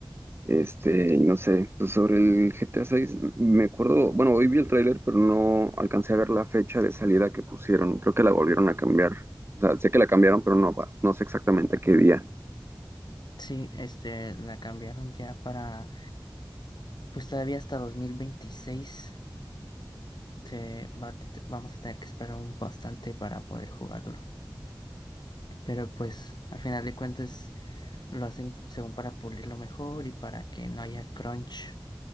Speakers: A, on the right; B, on the left.
A: Este, y no sé, pues sobre el GTA 6 me acuerdo, bueno, hoy vi el tráiler, pero no alcancé a ver la fecha de salida que pusieron. Creo que la volvieron a cambiar. O sea, sé que la cambiaron, pero no, va- no sé exactamente qué día.
B: Sí, este, la cambiaron ya para Pues todavía hasta 2026 se va a te- vamos a tener que esperar un bastante para poder jugarlo. Pero pues al final de cuentas lo hacen según para pulirlo mejor y para que no haya crunch